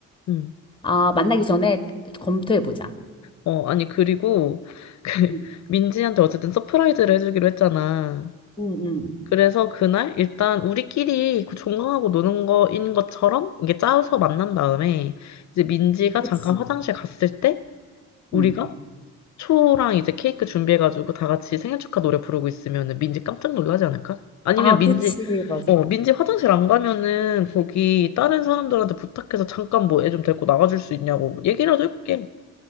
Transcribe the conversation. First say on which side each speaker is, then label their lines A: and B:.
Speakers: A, on the left (about 65°); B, on the left (about 15°).
A: 응.
B: 아, 만나기 전에 검토해보자.
A: 어, 아니, 그리고 그 <laughs>
B: 응,
A: 민지한테 어쨌든 서프라이즈를 해주기로 했잖아.
B: 응, 응.
A: 그래서 그날 일단 우리끼리 그 종강하고 노는 거인 것처럼 이게 짜서 만난 다음에 이제 민지가
B: 그치.
A: 잠깐 화장실 갔을 때 우리가
B: 응.
A: 초랑 이제 케이크 준비해가지고 다 같이 생일 축하 노래 부르고 있으면은 민지 깜짝 놀라지 않을까? 아니면
B: 아,
A: 민지
B: 그치, 맞아.
A: 어 민지 화장실 안 가면은 거기 다른 사람들한테 부탁해서 잠깐 뭐 애 좀 데리고 나가줄 수 있냐고 뭐 얘기라도 해볼게.